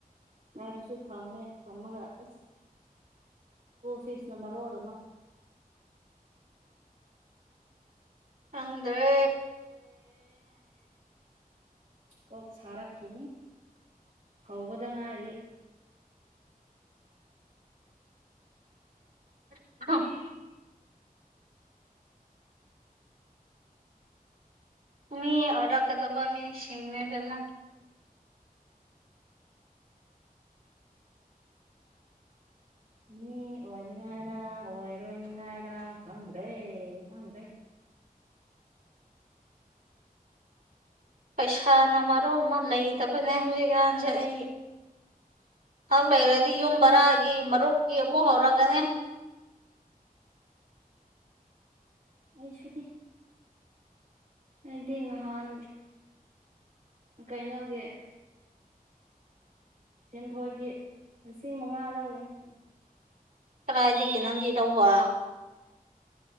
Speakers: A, on the right; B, on the right.
A: ꯍꯥꯏꯔꯁꯨ ꯊꯝꯃꯦ ꯊꯝꯃꯒ ꯑꯁ ꯀꯨꯜ ꯐꯤꯁꯅ ꯃꯔꯣꯟ ꯑꯃ
B: ꯈꯪꯗ꯭ꯔꯦ
A: ꯀꯣꯛ ꯁꯥꯔꯛꯈꯤꯅꯤ ꯍꯧꯕꯗ ꯉꯥꯏꯔꯤ
B: <inaudible> ꯃꯤ ꯑꯣꯔꯛꯀꯗꯕ ꯃꯤ ꯁꯤꯁꯤꯡꯅꯦꯗꯅ
A: ꯃꯤ ꯑꯣꯏꯅꯤꯉꯥꯏꯔꯥ ꯑꯣꯏꯔꯣꯏꯅꯤꯉꯥꯏꯔ ꯈꯪꯗ꯭ꯔꯦ ꯈꯪꯗ꯭ꯔꯦ
B: ꯄꯩꯁꯥꯅ ꯃꯔꯣ ꯑꯃ ꯂꯩꯇꯕꯅꯦ ꯍꯧꯖꯤꯛꯀꯥꯟꯁꯦ ꯑꯩ ꯍꯪ ꯂꯩꯔꯗꯤ ꯌꯨꯝ ꯕꯔꯥꯒꯤ ꯃꯔꯨꯞꯀꯤ ꯑꯃꯨꯛ ꯍꯧꯔꯛꯒꯅꯤ
A: ꯑꯩꯁꯨꯅꯤ ꯑꯩꯗꯤ ꯉꯍꯥꯟ ꯀꯩꯅꯣꯒꯤ ꯁꯦꯟꯊꯣꯏꯒꯤ ꯂꯤꯁꯤꯡ ꯃꯉꯥ ꯂꯧꯔꯤꯅꯦ
B: ꯀꯗꯥꯥꯏꯗꯒꯤ ꯅꯪꯗꯤ ꯇꯧꯕ